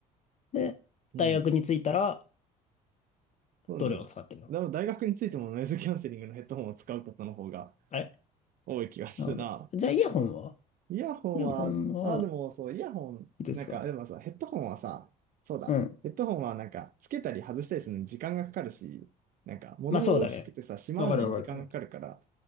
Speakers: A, on the left; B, on the right.
A: で、
B: うん。
A: 大学に着いたら、
B: そうね。
A: どれを使ってるの
B: でも大学についてもノイズキャンセリングのヘッドホンを使うことの方が
A: あれ
B: 多い気がするな。
A: なるほど。じゃあ、イヤホンは
B: イヤホンは、
A: イヤホンは、
B: あ、でもそう、イヤホン、
A: いつですか
B: なんか、でもさ、ヘッドホンはさ、そうだ、
A: うん。
B: ヘッドホンはなんか、つけたり外したりするのに時間がかかるし、なんか、物も大きくてさ、
A: まあ、そうだね。
B: しまうのに時間がかかるから、
A: わかるわかる。